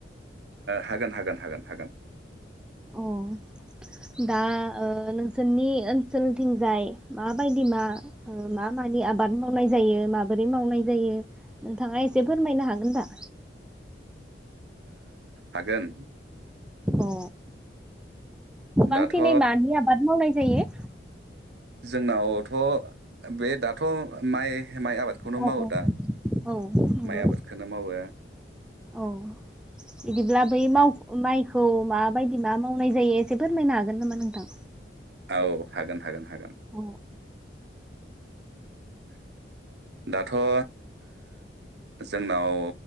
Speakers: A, on the right (about 65°); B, in the centre.
A: हागोन हागोन हागोन हागोन।
B: अ दा नोंसोरनि ओनसोलथिंजाय माबायदि मा मा मानि आबाद मावनाय जायो माबोरै मावनाय जायो नोंथाङा एसे फोरमायनो हागोन दा।
A: हागोन
B: अ गोबांसिनै
A: दाथ'
B: मानि आबाद मावनाय जायो?
A: जोंनावथ' बे दाथ' माइ माइ आबादखौनो
B: औ औ
A: मावो दा
B: औ नंगौ
A: माइ आबादखौनो मावो
B: औ बिदिब्ला बै माव माइखौ माबायदि मा मावनाय जायो एसे फोरमायनो हागोन नामा नोंथां?
A: औ हागोन हागोन। हागोन
B: औ
A: दाथ' ओ जोंनाव